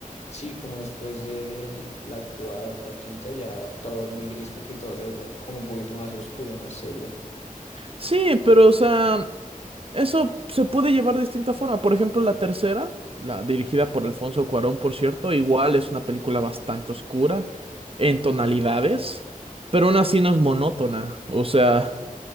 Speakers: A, on the left; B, on the right.
A: sí, como después de la cuarta, quinta, ya todo es muy gris porque todo se vuelve como un poquito más oscuro, más serio.
B: Sí, pero o sea. Eso se puede llevar de distinta forma. Por ejemplo, la tercera, la dirigida por Alfonso Cuarón, por cierto, igual es una película bastante oscura en tonalidades, pero aún así no es monótona. O sea,